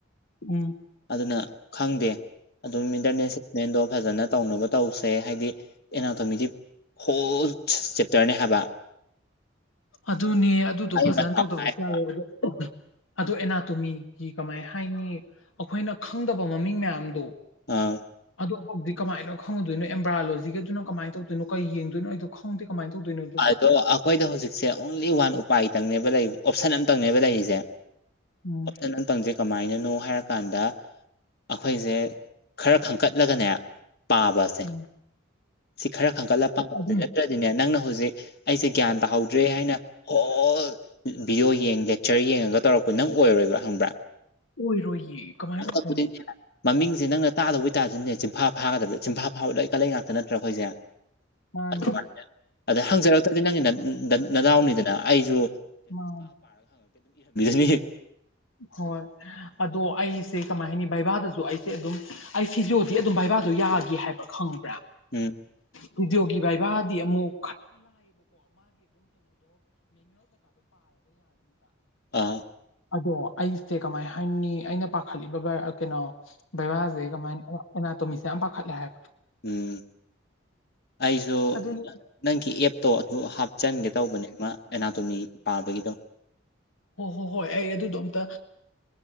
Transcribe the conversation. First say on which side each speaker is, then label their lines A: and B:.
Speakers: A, on the left; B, on the left.
A: ꯎꯝ
B: ꯑꯗꯨꯅ ꯈꯪꯗꯦ ꯑꯗꯨꯝ ꯏꯟꯇꯔꯅꯦꯠ ꯁꯤꯁꯃꯦꯟꯗꯣ ꯐꯖꯅ ꯇꯧ ꯇꯧꯁꯦ ꯍꯥꯏꯗꯤ ꯑꯦꯅꯥꯇꯣꯃꯤꯗꯤ ꯍꯣꯜ ꯆꯦꯞꯇꯔꯅꯦ ꯍꯥꯏꯕ
A: ꯑꯗꯨꯅꯦ ꯑꯗꯨꯗꯣ
B: ꯑꯩ
A: ꯐꯖꯅ
B: ꯃꯊꯥ
A: ꯇꯧꯗꯕꯁꯨ
B: ꯁꯥꯏ ꯍꯥꯏꯕ
A: ꯌꯥꯋꯦ ꯑꯗꯣ ꯑꯗꯣ ꯑꯦꯅꯥꯇꯣꯃꯤꯒꯤ ꯀꯃꯥꯏ ꯍꯥꯏꯅꯤ ꯑꯩꯈꯣꯏꯅ ꯈꯪꯗꯕ ꯃꯃꯤꯡ ꯃꯌꯥꯝꯗꯣ
B: ꯑꯥ
A: ꯑꯗꯨꯣ ꯍꯧꯖꯤꯗꯤ ꯀꯃꯥꯏꯅ ꯈꯪꯉꯗꯣꯏꯣ ꯑꯦꯝꯕ꯭ꯔꯥꯂꯣꯖꯤꯒꯗꯨꯅ ꯀꯃꯥꯏ ꯇꯧꯗꯣꯏꯅꯣ ꯀꯩ ꯌꯦꯡꯗꯨꯅꯣ ꯑꯩꯁꯨ ꯈꯪꯗꯦ ꯀꯃꯥꯏꯅ ꯇꯧꯗꯣꯏꯅꯣ ꯑꯗꯨꯕꯣ
B: ꯑꯗꯣ ꯑꯩꯈꯣꯏꯗ ꯍꯧꯖꯤꯛꯁꯦ ꯑꯣꯡꯂꯤ ꯋꯥꯟ ꯎꯄꯥꯏꯇꯪꯅꯦꯕ ꯂꯩ ꯑꯣꯞꯁꯟ ꯑꯃꯇꯪꯅꯦꯕ ꯂꯩꯔꯤꯁꯦ
A: ꯎꯝ
B: ꯑꯣꯞꯁꯟ ꯑꯝꯇꯪꯖꯦ ꯀꯃꯥꯏꯅꯅꯣ ꯍꯥꯏꯔꯀꯥꯟꯗ ꯑꯩꯈꯣꯏꯁꯦ ꯈꯔ ꯈꯟꯀꯠꯂꯒꯅꯦ ꯄꯥꯕꯁꯦ
A: ꯎꯝ
B: ꯁꯤ ꯈꯔ ꯈꯟꯒꯠꯂ ꯄꯥꯕꯗ
A: ꯑꯗꯨꯅꯦ
B: ꯅꯠꯇ꯭ꯔꯗꯤꯅꯦ ꯅꯪꯅ ꯍꯧꯖꯤꯛ ꯍꯧꯖꯤꯛ ꯑꯩꯁꯦ ꯒ꯭ꯌꯥꯟ ꯇꯥꯍꯧꯗ꯭ꯔꯦ ꯍꯥꯏꯅ ꯑꯣꯜ ꯚꯤꯗꯤꯑꯣ ꯌꯦꯡ ꯂꯦꯛꯆꯔ ꯌꯦꯡꯉꯒ ꯇꯧꯔꯛꯄ ꯅꯪ ꯑꯣꯏꯔꯣꯏꯕ ꯈꯪꯕ꯭ꯔꯥ
A: ꯑꯣꯏꯔꯣꯏꯌꯦ ꯀꯃꯥꯏꯅ
B: ꯑꯁꯇꯕꯨꯗꯤꯅꯦ
A: ꯑꯣꯏꯗꯣꯏꯅꯣ
B: ꯃꯃꯤꯡꯁꯦ ꯅꯪꯅ ꯇꯥꯗꯧꯕꯩꯇꯥꯥꯔꯅꯅꯦ ꯆꯤꯟꯐꯥ ꯐꯥꯒꯗꯕꯗ ꯆꯝꯐꯥ ꯐꯥꯕꯣꯏ ꯂꯣꯏ ꯀꯠꯂꯩ ꯉꯥꯛꯇ ꯅꯠꯇ꯭ꯔ ꯑꯩꯈꯣꯏꯁꯦ
A: ꯃꯥꯅꯤ
B: ꯑꯗꯨꯃꯥꯏꯅ ꯑꯗ ꯍꯪꯖꯔꯛꯇ꯭ꯔꯗꯤ ꯅꯪꯒꯤ ꯅꯗꯥꯎꯅꯤꯗꯅ ꯑꯩꯁꯨ
A: ꯃꯥꯅꯤ
B: <unintelligible>
A: ꯍꯣꯏ ꯑꯗꯣ ꯑꯩꯁꯦ ꯀꯃꯥꯏ ꯍꯥꯏꯅꯤ ꯕꯏꯕꯥꯗꯁꯨ ꯑꯩꯁꯦ ꯑꯗꯨꯝ ꯑꯩ ꯁꯤꯖꯣꯗꯤ ꯑꯗꯨꯝ ꯕꯥ ꯕꯥꯏꯕꯥꯗꯣ ꯌꯥꯗꯦ ꯍꯥꯏꯕ ꯈꯪꯕ꯭ꯔꯥ
B: ꯎꯝ
A: ꯖꯨꯗꯣꯒꯤ ꯕꯥꯏꯕꯥ ꯃꯥꯗꯤ ꯑꯃꯨꯛ
B: ꯑꯥ
A: ꯑꯗꯣ ꯑꯩꯁꯦ ꯀꯃꯥꯏ ꯍꯥꯏꯅꯤ ꯑꯩꯅ ꯄꯥꯈꯠꯂꯤꯕꯕ ꯀꯩꯅꯣ ꯕꯔꯥꯁꯦ ꯀꯃꯥꯏ ꯑꯦꯅꯥ ꯇꯣꯃꯤꯁꯦ ꯌꯥꯝ ꯄꯥꯈꯠꯂꯦ ꯍꯥꯏꯕ
B: ꯎꯝ ꯑꯩꯁꯨ
A: ꯑꯗꯨꯅꯤ
B: ꯅꯪꯒꯤ ꯑꯦꯞꯇꯣ ꯑꯗꯨ ꯍꯥꯞꯆꯟꯒꯦ ꯇꯧꯕꯅꯦꯃ ꯑꯦꯅꯥꯇꯣꯃꯤ ꯄꯥꯕꯒꯤꯗꯣ
A: ꯍꯣꯏ ꯍꯣ ꯍꯣꯏ ꯑꯩ ꯑꯗꯨꯗꯣ ꯑꯝꯇ